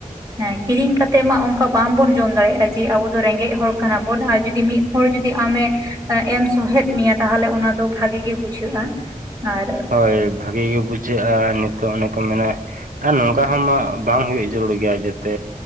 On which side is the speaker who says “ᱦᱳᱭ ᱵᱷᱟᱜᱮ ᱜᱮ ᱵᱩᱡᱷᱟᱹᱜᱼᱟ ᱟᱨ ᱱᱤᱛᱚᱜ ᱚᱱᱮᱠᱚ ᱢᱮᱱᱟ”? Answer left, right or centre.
Right